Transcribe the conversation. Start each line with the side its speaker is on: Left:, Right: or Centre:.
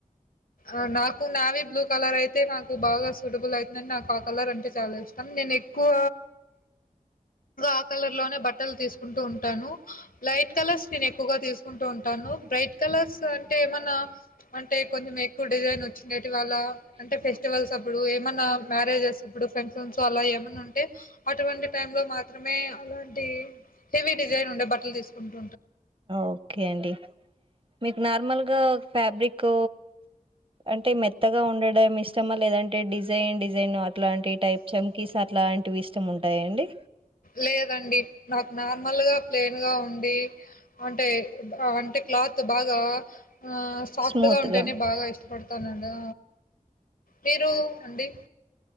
Left: ఆ నాకు నావీ బ్లూ కలర్ అయితే నాకు బాగా సూటబుల్ అయితదానే నాకు ఆ కలర్ అంటే చాలా ఇష్టం నేను ఎక్కువ ఆ కలర్ లోనే బట్టలు తీసుకుంటూ ఉంటాను లైట్ కాళూర్స్ నేను ఎక్కువగా తీసుకుంటూ టాను బ్రైట్ కలర్స్ లో అంటే ఏమన్నా అంటే కొంచం <unintelligible> ఇవ్వాళ అంటే ఫెస్టివల్స్ ఉత్తప్పుడు ఏమన్నా మర్రగేష్ అప్పుడు ఫంక్షన్స్ అలా ఏమన్నా ఉంటే అటువంటి టై లో మాత్రమే అలాంటి హెవీ డిజైన్ ఉండే బట్టలు తీసుకుంటు
Right: ఓకే అండి మీకు నార్మల్గా ఫ్యాబ్రిక్ అంటే మెత్తగా ఉండడం ఇష్టమా లేదంటే డిజైన్ డిజైన్ అలాంటి టైప్ చంకీస్ అట్లాంటిఇష ఇష్టం ఉంటాయా అండి
Left: లేదండి నాకు నార్మల్ గా ప్లెన్ గా ఉండి అంటే అంటే క్లోత్ బాగా ఆ సాఫ్ట్గా
Right: స్మూత్
Left: ఉంటేనే
Right: గా
Left: బాగా ఇష్టపడతానడి మీరు అండి